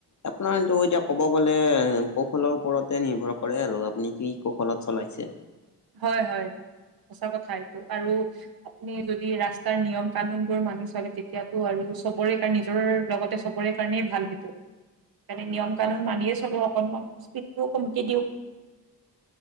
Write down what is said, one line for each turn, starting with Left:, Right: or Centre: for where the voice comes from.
Left: আপোনাৰটো এতিয়া ক'ব গ'লে কৌশলৰ ওপৰতে নিৰ্ভৰ কৰে আৰু আপুনি কি কৌশলত চলাইছে।
Right: হয় হয় সঁচা কথা এইটো। আৰু আপুনি যদি ৰাস্তাৰ, নিয়ম কানুন বোৰ মানি চলে, তেতিয়াতো আৰু চবৰে কাৰণ নিজৰৰ লগতে চব ৰে কাৰণেই ভাল। সেইটো সেইকাৰণে নিয়ম
Left: হয়।
Right: কানুন মানিয়ে চলো, অকনমান স্পীডটোও কমকি দিওঁ।